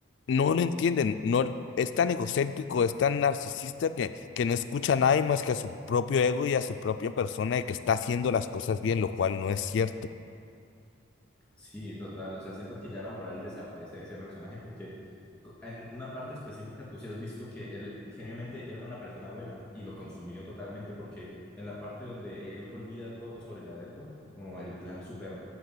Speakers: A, on the left (about 65°); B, in the centre.
A: no lo entienden, no es tan egocéntrico, es tan narcisista que, que no escucha a nadie más que a su propio ego y a su propia persona de que está haciendo las cosas bien, lo cual no es cierto.
B: Sí, total. O sea, siento que ya la moral desaparece de ese personaje porque co- en una parte específica tú sí has visto que él genuinamente era una persona buena y lo consumió totalmente porque en la parte donde él olvida todo sobre la Death Note, como el plan súper